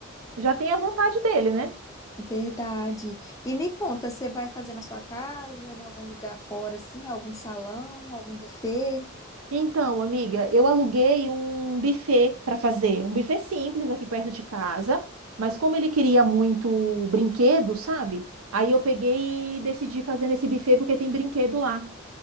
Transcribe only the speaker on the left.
Verdade. E me conta, você vai fazer na sua casa, em algum lugar fora, assim, algum salão, algum buffet?